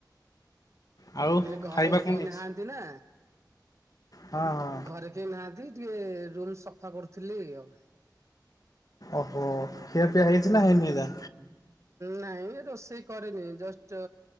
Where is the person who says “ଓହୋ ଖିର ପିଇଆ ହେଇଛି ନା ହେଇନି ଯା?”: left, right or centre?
Left